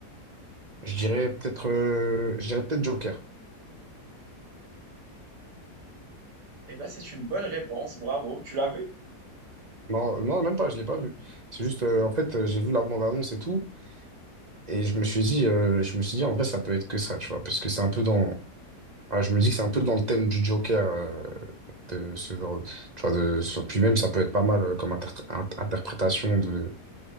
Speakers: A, on the right; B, on the right.
A: je dirais peut-être, euh, je dirais peut-être Joker.
B: Eh ben, c'est une bonne réponse, bravo. Tu l'as vu?
A: Non, non, même pas, je l'ai pas vu. C'est juste, euh, en fait, euh, j'ai vu la bande-annonce et tout, Et je me suis dit, euh, je me suis dit, en vrai, ça peut être que ça, tu vois, parce que c'est un peu dans. Ah, je me dis que c'est un peu dans le thème du Joker, euh, de ce genre, tu vois, de, sur- puis même, ça peut être pas mal euh, comme interpr- in- interprétation de,